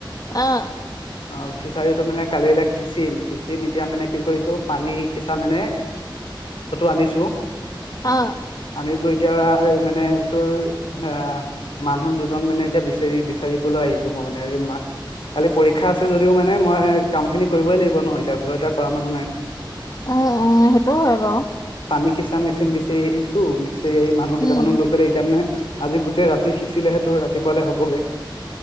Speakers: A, on the left; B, on the left.
A: অ
B: আৰু ফিচাৰীটো মানে কালিলৈ। সিঁচিম সিঁচিম এতিয়া মানে কি কৰিছো পানী সিঁচা মানে আনিছো
A: অ
B: আনিলো এতিয়া মানে তোৰ এ মানুহ দুজন মানে এতিয়া বিচাৰি বিচাৰিবলৈ আহিছো মই মানে কালি পৰীক্ষা আছে যদিও মানে মই কাম খিনি কৰিবই লাগিব ন এতিয়া ঘৰত এতিয়া কৰা মানুহ নাই
A: উম উম সেইটোও হয় বাৰু
B: আমি সিচা মেচিন বিচাৰি আহিছো। প সি মানুহেই
A: উম
B: মান লৈ পেল এতিয়া মানে আজি গোটেই ৰাতি সিঁচিলেহে তো ৰাতিপুৱালে হ'বগে।